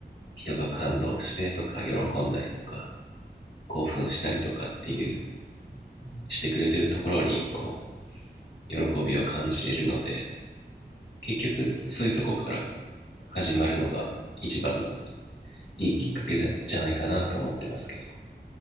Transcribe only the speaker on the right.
うんうん、
うんうん。